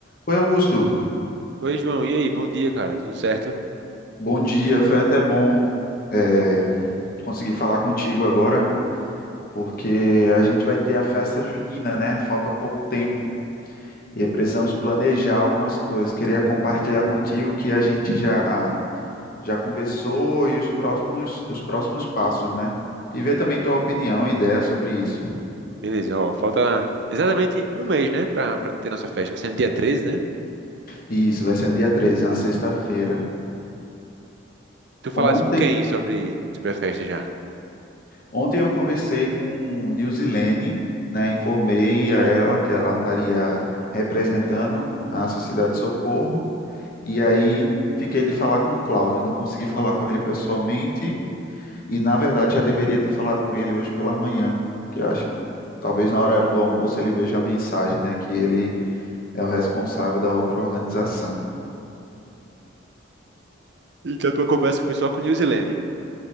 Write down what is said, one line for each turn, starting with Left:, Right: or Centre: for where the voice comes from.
Left: Oi, Augusto.
Right: Oi, João. E aí? Bom dia, cara. Tudo certo?
Left: Bom dia. Foi até bom é, conseguir falar contigo agora, porque a gente vai ter a festa junina, né? Falta pouco tempo e aí precisamos planejar algumas coisas. Queria compartilhar contigo que a gente já já conversou e os próximos os próximos passos, né? E ver também tua opinião e ideia sobre isso.
Right: Beleza, ó. Falta exatamente um mês, né? Pra, pra ter nossa festa. Vai ser no dia 13, né?
Left: E Isso vai ser no dia 13, na sexta-feira.
Right: Tu falaste
Left: Ontem
Right: com quem sobre, sobre a festa já?
Left: Ontem eu conversei com Nilzilene, né? Informei a ela que ela estaria representando a Sociedade de Socorro, e aí fiquei de falar com o Cláudio, não consegui falar com ele pessoalmente, e na verdade já deveria ter falado com ele hoje pela manhã, porque eu acho que talvez na horário do almoço ele veja a mensagem, né? Que ele é o responsável da outra organização.
Right: Então, a tua conversa foi só com Nilzilene.